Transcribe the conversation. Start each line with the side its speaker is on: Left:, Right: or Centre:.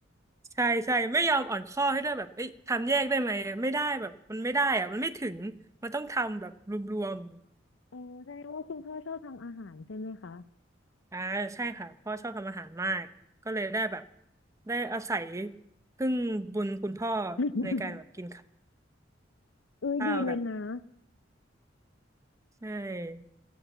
Right: ใช่ใช่ไม่ยอมอ่อนข้อให้ด้วยแบบเอ้ยทำแยกได้ไหมไม่ได้แบบมันไม่ได้อะมันไม่ถึงมันต้องทำแบบรวม
Left: โอ้แสดงว่าคุณพ่อชอบทำอาหารใช่ไหมคะ
Right: ๆอ่าใช่ค่ะพ่อชอบทำอาหารมากก็เลยได้แบบได้อาศัยพึ่งบุญคุณพ่อ
Left: <laughs>
Right: ในการแบบกินข
Left: อ้ยดีเลยนะ
Right: ้าวแต่ใช่